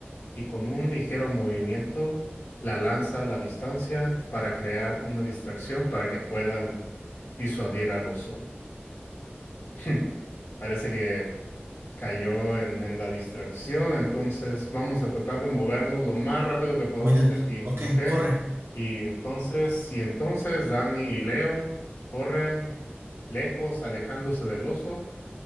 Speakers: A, on the left; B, on the right.
A: y con un ligero movimiento la lanza a la distancia para crear una distracción para que puedan disuadir al oso. <laughs> Parece que cayó en, en la distracción, entonces vamos a tratar de movernos lo más rápido que podamos
B: Muy de...
A: de aquí,
B: Ok,
A: ¿ok?
B: corre.
A: Y entonces, y entonces Dani y Leo corren lejos, alejándose del oso